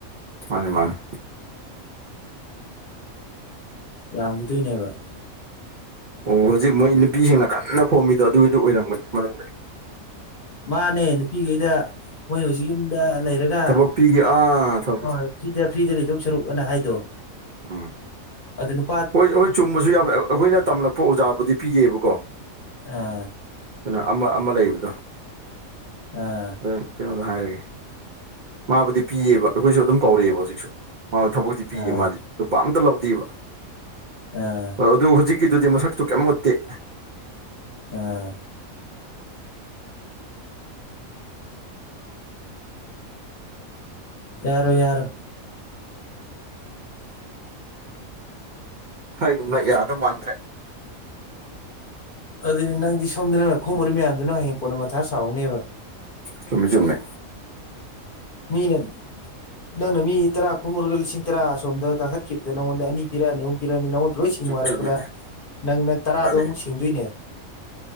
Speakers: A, on the right; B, on the left.
A: ꯃꯥꯅꯦ ꯃꯥꯅꯦ
B: ꯌꯥꯝꯈꯤꯗꯣꯏꯅꯦꯕ
A: ꯑꯣ ꯍꯧꯖꯤꯛ ꯃꯣꯏ ꯅꯨꯄꯤꯁꯤꯡꯅ ꯀꯟꯅ ꯈꯣꯝꯃꯤꯗꯣ ꯑꯗꯨꯒꯤꯗꯨꯣ ꯑꯣꯏꯔꯝꯒꯅꯤ ꯃꯅꯨꯡꯗ
B: ꯃꯥꯅꯦ ꯅꯨꯄꯤꯈꯩꯗ ꯃꯣꯏꯅ ꯍꯧꯖꯤꯛ ꯌꯨꯝꯗ ꯂꯩꯔꯒ
A: ꯊꯕꯛ ꯄꯤꯒꯦ ꯑꯥ ꯊꯕꯛ
B: ꯍꯣꯏ ꯐ꯭ꯔꯤꯗ ꯐ꯭ꯔꯤꯗ ꯂꯩꯊꯧ ꯁꯔꯨꯛ ꯑꯅ ꯍꯥꯏꯗꯣ
A: ꯑꯥ
B: ꯑꯗꯨꯅ
A: ꯍꯣꯏ ꯑꯩꯈꯣꯏ ꯆꯨꯝꯕꯁꯨ ꯌꯥ ꯑꯩꯈꯣꯏꯅ ꯇꯝꯂꯛꯄ ꯑꯣꯖꯥꯕꯨꯗꯤ ꯄꯤꯌꯦꯕꯀꯣ ꯑꯩꯈꯣꯏꯅ
B: ꯑꯥ
A: ꯑꯃ ꯑꯃ ꯂꯩꯕꯗꯣ
B: ꯑꯥ
A: ꯄ ꯀꯩꯅꯣꯗ ꯍꯥꯏꯔꯒꯦ ꯃꯥꯕꯨꯗꯤ ꯄꯤꯌꯦꯕ ꯑꯩꯈꯣꯏꯁꯨ ꯑꯗꯨꯝ ꯀꯧꯔꯛꯑꯦꯕ ꯍꯧꯖꯤꯛꯁꯨ ꯃꯥ ꯊꯕꯛꯇꯤ ꯄꯤꯌꯦꯦ
B: ꯑꯥ
A: ꯃꯥꯗꯤ ꯑꯗꯨ ꯄꯥꯝꯇ ꯂꯧꯗꯦꯕ
B: ꯑꯥ
A: ꯑꯗꯨ ꯍꯧꯖꯤꯛꯀꯤꯗꯨꯗꯤ ꯃꯁꯛꯁꯨ ꯀꯩꯝ ꯃꯨꯠꯇꯦ
B: ꯎꯝ ꯌꯥꯔ ꯌꯥꯔ
A: ꯍꯥꯏꯅ ꯌꯥꯎꯗꯣ ꯃꯥꯇ꯭ꯔꯦ
B: ꯑꯗꯨꯗꯤ ꯅꯪꯗꯤ ꯁꯣꯝꯗ ꯅꯪꯅ ꯈꯣꯝꯃꯨꯔꯤ ꯃꯌꯥꯝꯗꯨ ꯅꯪ ꯍꯌꯦꯡ ꯀꯣꯟꯅ ꯃꯊꯥ ꯁꯥꯎꯍꯧꯅꯦꯕ
A: ꯆꯨꯝꯃꯦ ꯆꯨꯝꯃꯦꯩ
B: ꯃꯤꯅꯦ ꯅꯪꯅ ꯃꯤ ꯇꯔꯥ ꯈꯨꯝꯃꯨꯔꯒ ꯂꯤꯁꯤꯡ ꯇꯔꯥ ꯑꯁꯣꯝꯗ ꯀꯥꯈꯠꯈꯤꯕꯗ ꯅꯪꯉꯣꯟꯗ ꯑꯅꯤ ꯄꯤꯔꯛꯑꯅꯤ ꯑꯃꯨꯛ ꯄꯤꯔꯛꯑꯅꯤ ꯅꯪꯉꯣꯟꯗ ꯂꯣꯏ ꯁꯤꯡꯉꯨ
A: ꯆꯨꯝ
B: ꯍꯥꯏꯔꯛꯄꯗ
A: ꯆꯨꯝꯃꯦ
B: ꯅꯪ ꯅꯪ ꯇꯔꯥꯗꯣ
A: ꯃꯥꯅꯦ
B: ꯑꯃꯨꯛ ꯁꯤꯡꯗꯣꯏꯅꯦ